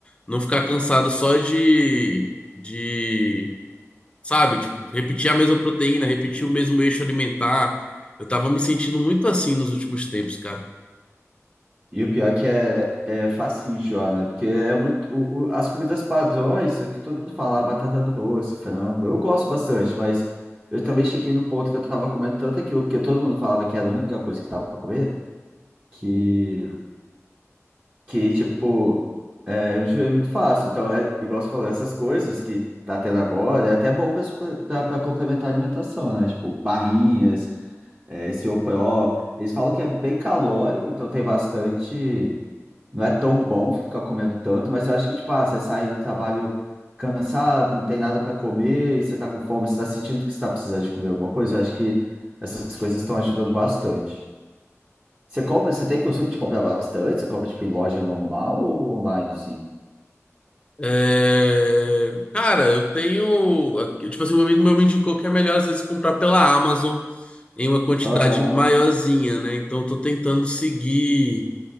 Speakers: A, on the left (about 20°); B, on the right (about 30°).
A: não ficar cansado só de, de, sabe, tipo, repetir a mesma proteína, repetir o mesmo eixo alimentar. Eu tava me sentindo muito assim nos últimos tempos, cara.
B: E o pior é que é, é facinho, Joana, porque é muito. o- o- as comidas padrões, é que todo mundo fala, ah, batata doce, frango. Eu gosto bastante, mas eu também cheguei num ponto que eu tava comendo tanto aquilo, porque todo mundo falava que era a única coisa que tava pra comer. que que, tipo, é, eu enjoei muito fácil. Então, é, igual você falou, essas coisas que tá tendo agora, é até bom pra suple- pra- pra complementar a alimentação, né? Tipo, barrinhas, é, esse Pro. Eles falam que é bem calórico, então tem bastante. Não é tão bom ficar comendo tanto, mas eu acho que, tipo, ah, você sai do trabalho cansado, não tem nada pra comer, e você tá com fome, você tá sentindo que você tá precisando de comer alguma coisa, eu acho que essas coisas estão ajudando bastante. Você compra, você tem costume de comprar bastante? Você compra tipo em loja normal ou online assim?
A: É, Cara, eu tenho. Tipo assim, um amigo meu me indicou que é melhor às vezes comprar pela Amazon em uma quantidade
B: Aham,
A: maiorzinha, né? Então eu tô tentando seguir